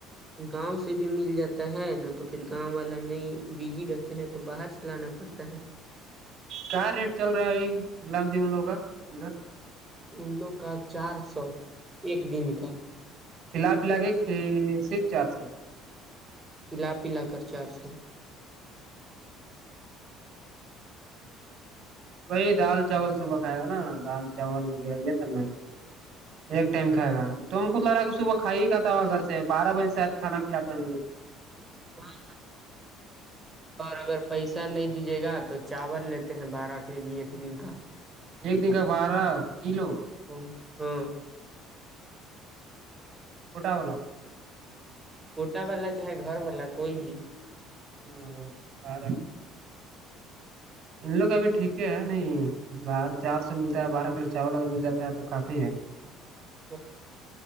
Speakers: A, on the right (about 15°); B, on the right (about 60°).
A: گاؤں سے بھی مل جاتا ہے نہ تو پھر گاؤں والا نہیں بزی رہتے ہیں تو باہر سے لانا پڑتا ہے
B: کیا ریٹ چل رہا ہے ابھی گام ج لوگ کا ادھر <unintelligible>
A: ان لوگ کا چار سو ایک دن کا
B: کلاف لگے کہ صرف چار سو
A: پلا پلا کر چار سو
B: وہی دال چاول صبح کھائے گا نا دال چاول و یہ سب میں ایک ٹائم کھائے گا توم خود لگ رہا کہ صبح کھائی ہی کاتا ہوا گھر سے بارہ بجے شاید کھانا کھاتےے
A: ہاں ہاں <unintelligible> اور اگر پیسہ نہیں دیجیے گا تو چاول لیتے ہیں بارہ کے جی ایک دن کا
B: ایک دن کا بارہ کلو
A: ہاں
B: کوٹا والا <unintelligible>
A: کوٹا والا چاہے گھر والا کوئی بھی <unintelligible>
B: ہ آ را کیا <unintelligible> ان لوگ ابھی ٹھیک ہے نہیں بار چار سو ملتا ہے بارہ کلو چاول اگر مل جاتا ہے تو کافی ہے
A: مطلب